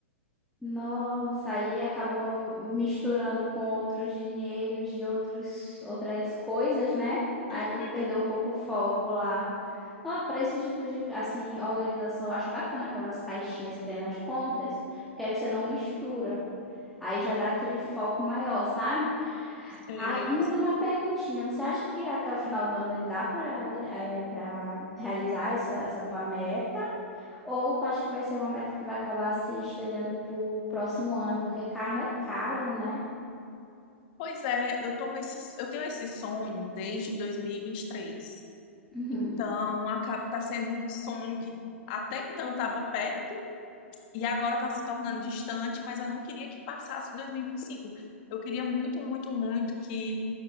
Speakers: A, in the centre; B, on the left.
A: Nossa, aí acabou misturando com outros dinheiros de outros, outras coisas, né? Aí
B: Uhum,
A: perdeu um pouco o foco lá. Ó, para esse tipo de assim, organização, eu acho bacana aquelas caixinhas que tem nas contas, porque aí você não mistura. Aí já dá aquele foco maior, sabe?
B: sei.
A: Ai, mas
B: eu sei.
A: uma perguntinha, você acha que até o final do ano dá para para realizar essa, essa tua meta? Ou tu acha que vai ser uma meta que vai acabar se estendendo pro próximo ano, porque carro é caro, né?
B: Pois é, eu tô com esse, eu tenho esse sonho desde 2023.
A: Uhum,
B: Então, aca- tá sendo um sonho que até então estava perto. E agora está se tornando distante, mas eu não queria que passasse 2025. Eu queria muito, muito, muito que